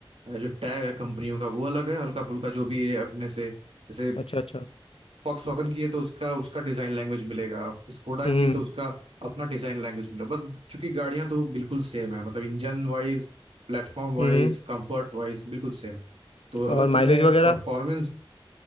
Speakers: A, on the right; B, on the left.
A: अ, जो टैग है कंपनियों का वो अलग है हल्का फुल्का जो भी ये अपने से जैसे
B: अच्छा अच्छा
A: वॉक्सवैगन की है तो उसका उसका डिजाइन लैंग्वेज मिलेगा स्कोडा
B: हम्म
A: की है तो उसका अपना डिजाइन लैंग्वेज मिलेगा बस चूंकि गाड़ियां तो बिल्कुल सेम है मतलब engine wise platform wise
B: हम्म
A: comfort wise बिल्कुल सेम तो
B: और
A: अगर
B: माइलेज
A: तुम्हें
B: वगैरह
A: परफॉर्मेंस